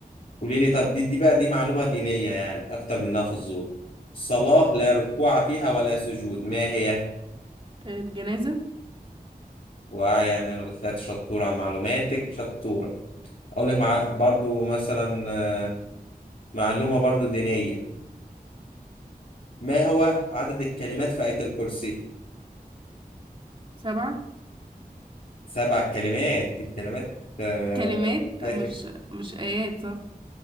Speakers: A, on the left (about 65°); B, on the right (about 35°).
A: قولي لي طب دي دي بقى دي معلومة دينية يعني أكتر منها فزور صلاة لا ركوع فيها ولا سجود ما هي
B: الجنازة
A: واعية من الأثلات شطورة معلوماتك شطورة أقول لك مع برضو مثلا آه، معلومة برضو دينية ما هو عدد الكلمات في آية الكرسي
B: سبعة
A: سبع كلمات الكلمات آه،
B: الكلمات
A: في
B: مش
A: آية
B: مش آيات صح